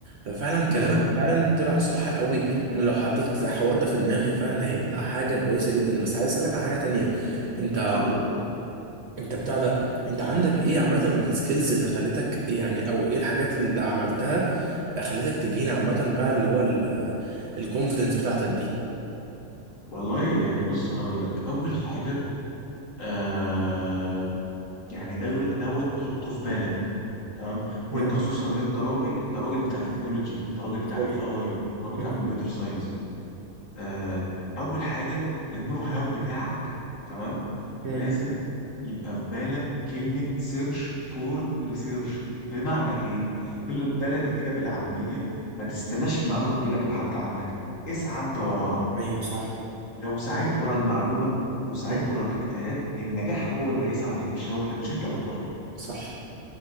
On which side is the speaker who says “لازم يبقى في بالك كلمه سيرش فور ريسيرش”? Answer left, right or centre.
Left